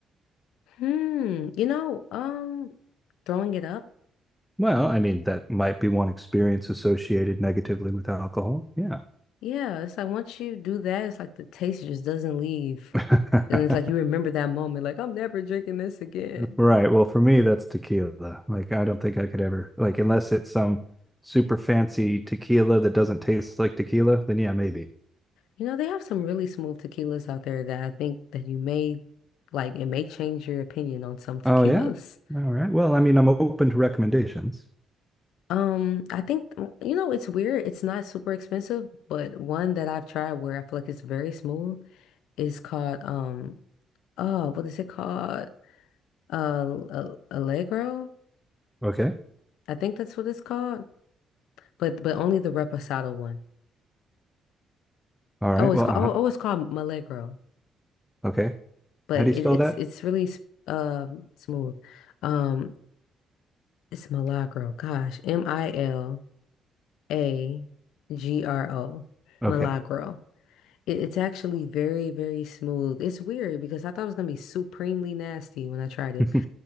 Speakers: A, on the left; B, in the centre.
A: Hmm, you know, um, throwing it up.
B: Well, I mean, that might be one experience associated negatively with alcohol. Yeah.
A: Yeah, it's like once you do that, it's like the taste just doesn't leave.
B: <laughs>
A: And it's like you remember that moment, like I'm never drinking this again.
B: Right. Well, for me, that's tequila. Like, I don't think I could ever, like, unless it's some super fancy tequila that doesn't taste like tequila, then yeah, maybe.
A: You know, they have some really smooth tequilas out there that I think that you may like it may change your opinion on some tequilas.
B: Oh, yeah. All right. Well, I mean, I'm open to recommendations.
A: Um, I think you know, it's weird, it's not super expensive, but one that I've tried where I feel like it's very smooth is called um oh, what is it called? Uh, Al- Allegro.
B: Okay.
A: I think that's what it's called. But but only the reposado one.
B: All right.
A: Oh, it's
B: Well,
A: called
B: uh-huh.
A: oh, oh it's called Milagro,
B: Okay.
A: but
B: How do
A: it,
B: you spell
A: it's
B: that?
A: it's really s- um smooth. Um, it's Milagro. Gosh, M I L A G R O,
B: Okay.
A: Milagro. It, it's actually very very smooth. It's weird because I thought it was gonna be supremely nasty when I tried it,
B: <laughs>